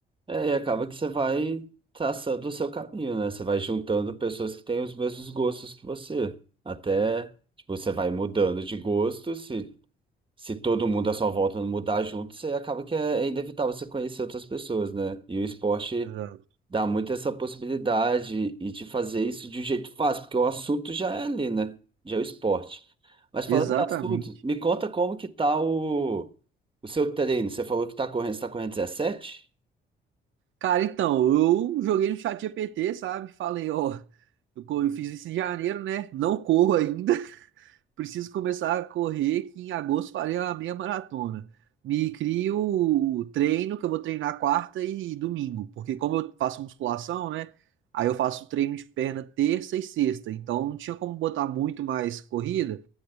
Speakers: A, on the right; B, on the right.
A: É, e acaba que você vai traçando o seu caminho, né? Você vai juntando pessoas que têm os mesmos gostos que você. Até, tipo, você vai mudando de gosto, se se todo mundo à sua volta não mudar junto, você acaba que é é inevitável você conhecer outras pessoas, né? E o esporte
B: Exato.
A: dá muito essa possibilidade e de fazer isso de um jeito fácil, porque o assunto já é ali, né? Já é o esporte. Mas
B: Exatamente.
A: falando em assunto, me conta como que tá o, o seu treino. Você falou que tá correndo, você tá correndo 17?
B: Cara, então, eu joguei no chat GPT, sabe? Falei, ó, eu co- eu fiz isso em janeiro, né? Não corro ainda. <laughs> Preciso começar a correr, que em agosto farei a meia maratona. Me crio o treino, que eu vou treinar quarta e domingo. Porque como eu faço musculação, né? Aí eu faço treino de perna terça e sexta. Então não tinha como botar muito mais corrida.